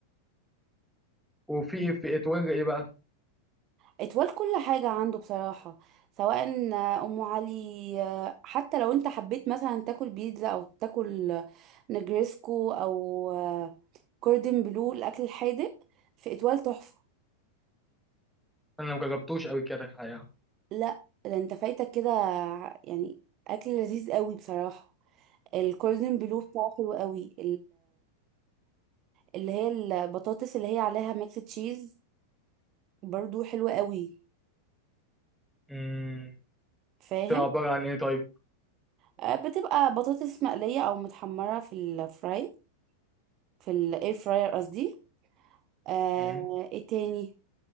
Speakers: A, in the centre; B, on the right.
A: وفي في اتوجه ايه بقى
B: اتوال كل حاجه عنده بصراحه سواء ام علي حتى لو انت حبيت مثلا تاكل بيتزا او تاكل نجريسكو او كوردن بلو الاكل الحادق في اتوال تحفه
A: انا ما جربتوش قبل كده الحقيقه
B: لا ده انت فايتك كده يعني اكل لذيذ قوي بصراحه الكوردن بلو بتاعه حلو قوي اللي هي البطاطس اللي هي عليها ميكس تشيز برضو حلوة قوي
A: امم
B: فاهم
A: تبقى عبارة عن إيه طيب؟
B: آه، بتبقى بطاطس مقلية او متحمرة في الفراي في الاير فراير قصدي آه
A: مم.
B: ايه تاني